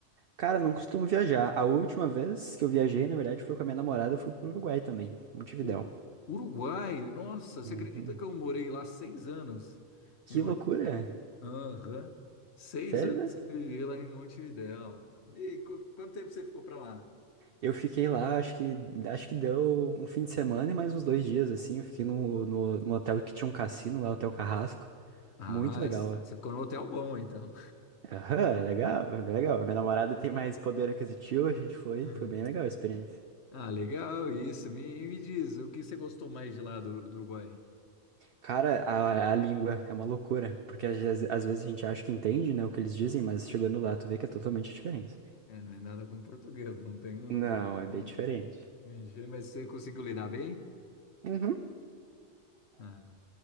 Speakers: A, on the right; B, on the left.
A: cara, não costumo viajar. A última vez que eu viajei, na verdade, foi com a minha namorada, eu fui pro Uruguai também, Montevidéu.
B: U- Uruguai, nossa, você
A: Uhum.
B: acredita que eu morei lá seis anos
A: Que
B: em Montevidéu?
A: loucura!
B: Aham. Seis
A: Sério
B: anos
A: mesmo?
B: eu vivi lá em Montevidéu. E qu- quanto tempo você ficou pra lá?
A: Eu fiquei lá, acho que acho que deu um fim de semana e mais uns dois dias, assim. Eu fiquei no, no, no hotel que tinha um cassino lá, Hotel Carrasco.
B: Ah,
A: Muito legal,
B: s-
A: ó.
B: você ficou no hotel bom, então.
A: Aham, legal, foi bem legal. Minha namorada tem mais poder aquisitivo, a gente foi,
B: Hum.
A: foi bem legal a experiência.
B: Ah, legal isso. Me, me diz, o que você gostou mais de lá do, do Uruguai?
A: Cara, a, a língua é uma loucura, porque às, vezes- às vezes a gente acha que entende, né, o que eles dizem, mas chegando lá tu vê que é totalmente diferente.
B: É, não é nada com português, não tem, não
A: Não,
B: tem como.
A: é bem diferente.
B: Mas você conseguiu lidar bem?
A: Uhum.
B: Ah,